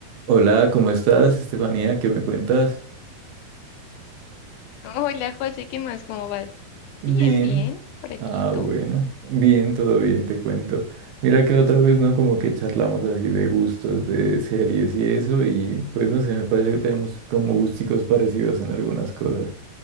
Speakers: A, on the right; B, on the left.
A: Hola, ¿cómo estás, Estefanía? ¿Qué me cuentas?
B: Hola José, ¿qué más? ¿Cómo vas?
A: Bien.
B: Bien, bien, por aquí,
A: Ah,
B: ¿y ¿tú?
A: bueno. Bien, todo bien, te cuento. Mira que la otra vez, ¿no? Como que charlamos así de gustos, de series y eso, y pues no sé, me parece que tenemos como gusticos parecidos en algunas cosas.